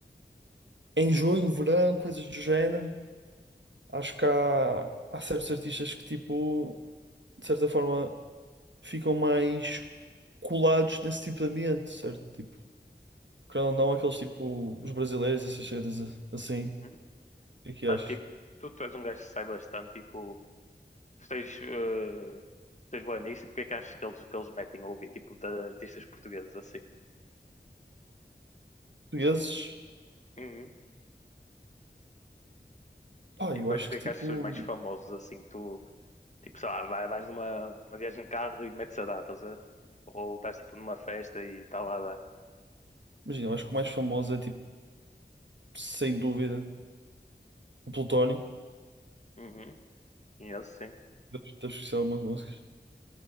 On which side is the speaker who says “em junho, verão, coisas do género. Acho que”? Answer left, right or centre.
Right